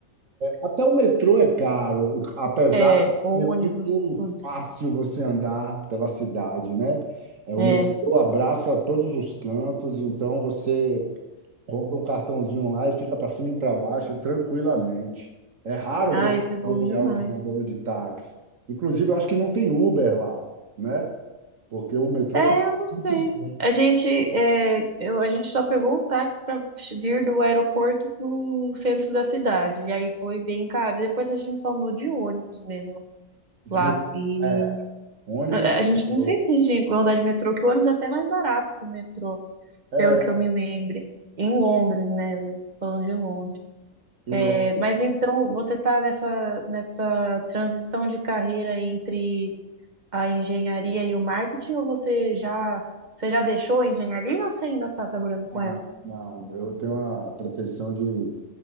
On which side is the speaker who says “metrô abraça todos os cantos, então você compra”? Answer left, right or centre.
Right